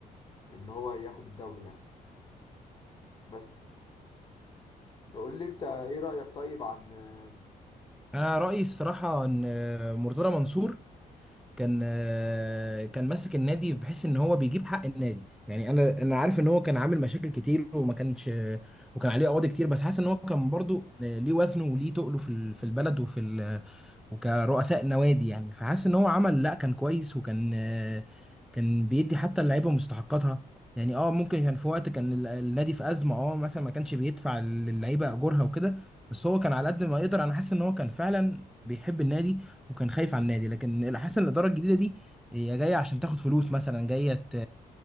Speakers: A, on the left (about 30°); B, in the centre.
A: ان هو ياخد الدوري يعني بس قول لي انت ايه رأيك طيب عن آه،
B: انا رايي الصراحه ان آه، مرتضى منصور كان آه، كان ماسك النادي بحيث ان هو بيجيب حق النادي يعني انا انا عارف ان هو كان عامل مشاكل كتير وما كانش وكان عليه قواضي كتير بس حاسس ان هو كان برضو آه، ليه وزنه وليه تقله في ال- في البلد وفي ال- وكرؤساء نوادي يعني فحاسس ان هو عمل لا كان كويس وكان آه، كان بيدي حتى اللعيبه مستحقاتها يعني اه ممكن كان في وقت كان ال- النادي في ازمه اه مثلا ما كانش بيدفع للعيبه اجورها وكده بس هو كان على قد ما يقدر انا حاسس ان هو كان فعلا بيحب النادي وكان خايف على النادي لكن حاسس ان الاداره الجديده دي هي جايه عشان تاخد فلوس مثلا جايه ت...